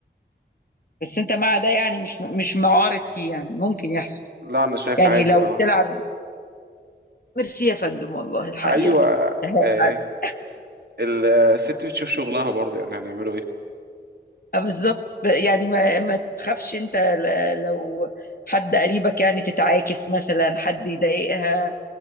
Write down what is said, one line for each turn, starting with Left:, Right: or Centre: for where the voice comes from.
Left: بس انت مع ده يعني مش مش معارض فيه يعني ممكن يحصل
Right: لا انا شايف
Left: يعني
Right: عادي
Left: لو
Right: اه
Left: بتلعب ميرسي يا فندم والله الحقيقه
Right: ايوه
Left: <laughs>
Right: آه. الست بتشوف شغلها برضه يعني هنعمله ايه
Left: اه بالظبط يعني ما ما تخافش انت ل- لو حد قريبك يعني تتعاكس مثلا حد يضايقها